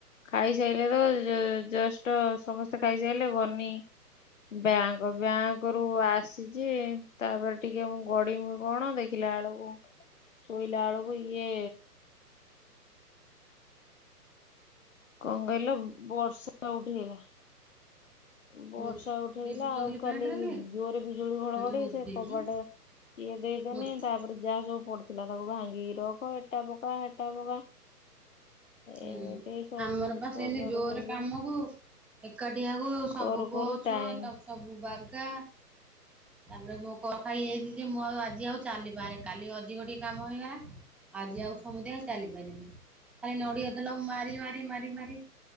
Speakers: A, on the left; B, in the centre.
A: ଖାଇସାଇଲେ ତ ଜ ଜଷ୍ଟ ସମସ୍ତେ ଖାଇସାଇଲେ ଗନି ବ୍ୟାଙ୍କ ବ୍ୟାଙ୍କରୁୁ ଆସିଛି, ତାପରେ ଟିକେ ମୁଁ ଗଡିବି କଣ ଦେଖିଲାଅଳକୁ ଶୋଇଲାଳକୁ ଇଏ। କଣ କହିଲ ବର୍ଷା ଉଠେଇଲା। ବର୍ଷା
B: ମୋତି
A: ଉଠେଇଲା
B: ଦେଇଛୁ ଚଗଲି
A: ଆଉ କାଲି
B: ପ୍ୟାଣ୍ଟରେ କି
A: ଜୋରରେ ବିଜୁଳି ଘଡଘଡି
B: ପ୍ୟାଣ୍ଟରେ ମୋତି
A: ସେ
B: ଦେଇଛୁ
A: କବାଟ ଇଏ ଦେଇଦେନି
B: ମୋତି
A: ତାପରେ ଯାହା ସବୁ ପଡି ଥିଲା ତାକୁ ଭାଙ୍ଗି ରଖ ଏଟା ପକା ହେଟା ପକା।
B: ହୁଁ
A: ଏମିତି ସବୁ
B: ଆମର ବା
A: ସଜାଡୁ
B: ସେମିତି ଜୋରେ
A: ସଜୁଡି
B: କାମ କୁ ଏକାଠି ଆଉ ସବୁ
A: କରୁ
B: ପୋଛ
A: କରୁ ଟାଇମ
B: ତାକୁ ସବୁ ବାଗା। ତାପରେ ମୋ କର ଖାଇ ଯାଇଛି ଯେ, ମୁଁ ଆଉ ଆଜି ଆଉ ଚାଲିିପାରୁନି କାଲି ଅଧିକଟିିକେ କାମ ହେଇଗଲା ଆଜି ଆଉ ସମୁଦାୟ ଚାଲି ପାରିଲିନି ଖାଲି ନଡିଆ ତେଲ ମାରି ମାରି ମାରି ମାରି